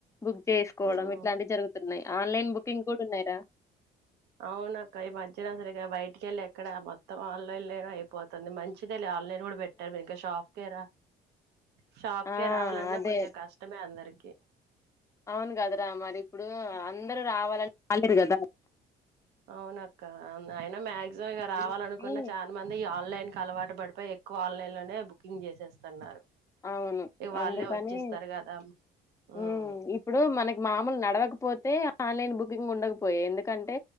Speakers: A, on the left; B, on the right.
A: బుక్ చేసుకోవడం
B: ఉమ్
A: ఇట్లాంటివి జరుగుతున్నాయి ఆన్లైన్ బుకింగ్ కూడా ఉన్నయి రా!
B: అవును అక్క ఈ మధ్యన అసలు ఇగ బయటికెళ్ళి ఎక్కడ మొత్తం ఆన్లైన్లనే అయిపోతుంది మంచి ఇదేలే ఆన్లైన్ కూడా బెట్టాం ఇంక షాప్ కే రా. షాప్కే
A: ఆ
B: రావాలన్నా
A: అదే
B: కొంచెం కష్టమే అందరి కే
A: అవును కదరా మరి ఇప్పుడు అందరు రావాలని రాలేరు కదా.
B: అవునక్క అయినా మాక్సిమం ఇగ
A: అందుకని
B: రావాలనుకున్న చాన మంది ఆన్లైన్ కి అలవాటు పడిపోయి ఎక్కువ ఆన్లైన్ లోనే బుకింగ్ చేసేస్తున్నారు
A: అవును
B: ఇగ వాళ్ళే
A: అందుకనీ
B: వచ్చిస్తారు కదా ఉమ్
A: మ్మ్ ఇప్పుడు మనకి మాములు నడవక పోతే ఆన్లైన్ బుకింగ్ ఉండకపోయే ఎందుకంటే